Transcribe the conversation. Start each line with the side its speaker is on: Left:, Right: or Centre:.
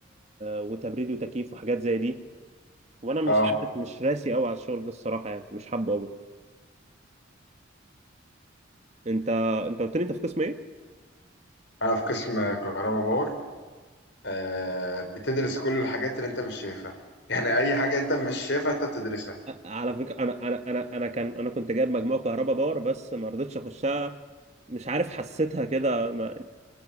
Right: وتبريد وتكييف وحاجات زي دي وأنا مش
Left: اه
Right: مش راسي أوي على الشغل ده الصراحة يعني مش حابه أوي أنت أنت قلت لي أنت في قسم إيه؟
Left: انا في قسم كهرباء باور آه بتدرس كل الحاجات اللي انت مش شايفها يعني اي حاجه انت مش شايفها انت بتدرسها
Right: أ- على فكرة أنا أنا أنا أنا كان أنا كنت جايب مجموعة كهرباء باور بس ما رضيتش أخشها مش عارف حسيتها كده ما...